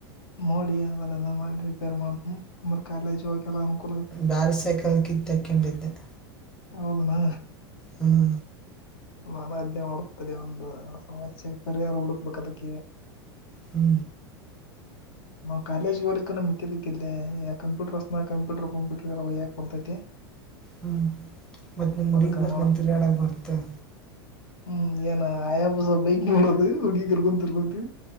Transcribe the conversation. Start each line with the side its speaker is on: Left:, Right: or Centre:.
Left: ನೋಡಿ ಅದನೆಲ್ಲ ಮಾಡಿ ರಿಪೇರ್ ಮಾಡತನ ಅಮ್ರ ಕಾಲೇಜ್ ಹೋಗೆಲ್ಲ ಅನುಕೂಲ
Centre: ಬ್ಯಾರ ಸೈಕಲ್ ಕಿತ್ತ ತಕೊಂಡಿದ್ದ ಅದ.
Left: ಹೌದನಾ
Centre: ಹ್ಞೂ
Left: ನಾನು ಅದ್ದ್ನೆ ಮಾಡ್ತ ತಡಿ ಒಂದ ಸಮಸ್ಯೆಗೆ ಪರಿಹಾರ ಹುಡುಕ್ಬೇಕ ಅದಕ್ಕ ಈಗ
Centre: ಹ್ಮ
Left: ನಾ ಕಾಲೇಜ್ ಹೊಕ್ಕಿಲ ಮಿಕ್ಕಿದ್ದಕ್ಕಿಲ್ಲಿ ಕಂಪೂಟರ್ಸ್ನ ಕಂಪೂಟರ್ ಕಂಪ್ಯೂಟರ್ಗೆ ಓಯಾಕ ಬರ್ತೈತಿ. <inaudible>
Centre: ಹ್ಮ ಮತ್ತ್ ನಿಮ್ಮ
Left: ಅದಕ್ಕಾರ
Centre: ಹುಡಿಗಿನ ಕರ್ಕೊಂದ ತಿರ್ಗಾಡಕ ಬರತ್ತ.
Left: ಹ್ಮ ಏನ ಆಯಾ ಬುಸ ಬೈಕ್ ನೋಡೋದು ಹುಡ್ಗೀರ್ ಕರ್ಕೋ ತಿರ್ಗೋದು.